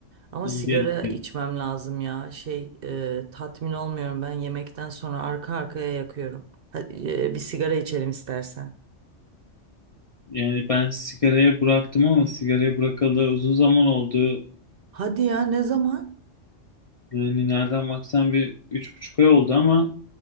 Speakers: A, on the right (about 60°); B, on the left (about 55°).
A: Ama
B: İyi
A: sigara
B: geldi.
A: içmem lazım ya. Şey e, tatmin olmuyorum ben yemekten sonra arka arkaya yakıyorum. Hadi, e, bir sigara içelim istersen.
B: Yani ben sigaraya bıraktım ama sigaraya bırakalı uzun zaman oldu.
A: Hadi ya ne zaman?
B: Yani nereden baksan bir üç buçuk ay oldu ama